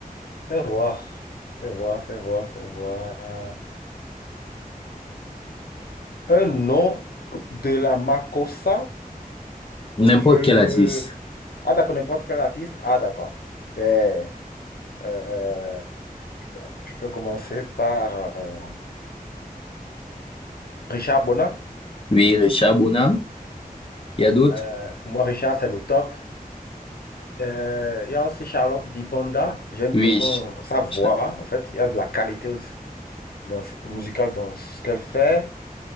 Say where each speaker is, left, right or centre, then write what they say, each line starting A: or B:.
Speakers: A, on the left (about 85°); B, on the left (about 35°).
A: Fais voir, fais voir, fais voir, fais voir. Un nom de la Makossa,
B: N'importe
A: je
B: quel
A: ne...
B: artiste.
A: Ah d'accord, n'importe quel artiste. Ah d'accord. Ben, euh, je peux commencer par euh, Richard Bonin.
B: Oui, Richard Bonin. Il y a d'autres?
A: Euh, pour moi, Richard, c'est le top. Euh, Il y a aussi Charlotte Dipanda. J'aime
B: Oui,
A: bien son,
B: je-
A: sa voix.
B: je-
A: En fait, il y a de la qualité aussi dans, ce- musicale dans ce qu'elle fait.